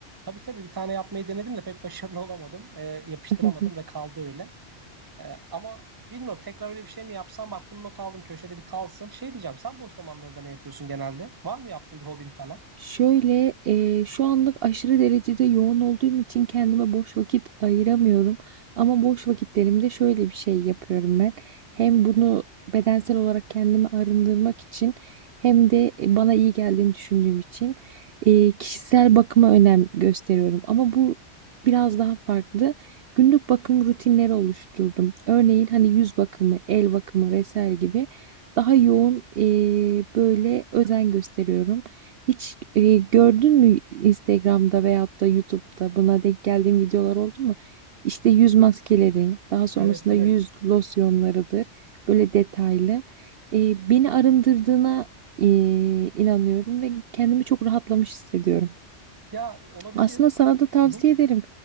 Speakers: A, on the right; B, on the right.
A: Tabii tabii bir tane yapmayı denedim de pek başarılı olamadım. E, yapıştıramadım
B: <laughs>
A: ve kaldı öyle. Ee, ama bilmiyorum tekrar öyle bir şey mi yapsam bak bunu not aldım köşede bir kalsın. Şey diyeceğim sen boş zamanlarında ne yapıyorsun genelde? Var mı yaptığın bir hobin falan?
B: Şöyle, eee, şu anlık aşırı derecede yoğun olduğum için kendime boş vakit ayıramıyorum. Ama boş vakitlerimde şöyle bir şey yapıyorum ben. Hem bunu bedensel olarak kendimi arındırmak için hem de e, bana iyi geldiğini düşündüğüm için eee, kişisel bakıma önem gösteriyorum. Ama bu biraz daha farklı. Günlük bakım rutinleri oluşturdum. Örneğin hani yüz bakımı, el bakımı vesaire gibi daha yoğun eee, böyle özen gösteriyorum. Hiç e, gördün mü Instagram'da veyahut da YouTube'da buna denk geldiğin videolar oldu mu? İşte yüz maskeleri, daha sonrasında
A: Evet evet.
B: yüz losyonlarıdır. Böyle detaylı. E, beni arındırdığına e, inanıyorum ve kendimi çok rahatlamış hissediyorum.
A: Ya olabilir.
B: Aslında sana da tavsiye
A: Hı hı.
B: ederim.